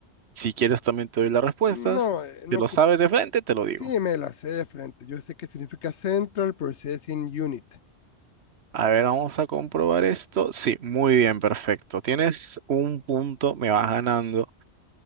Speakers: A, on the right; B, on the left.
A: Si quieres, también te doy las respuestas.
B: No, eh, no,
A: Si lo
B: ocup-
A: sabes de frente, te lo digo.
B: sí, me la sé de frente. Yo sé que significa Central Processing Unit.
A: A ver, vamos a comprobar esto. Sí, muy bien, perfecto. Tienes un punto, me vas ganando,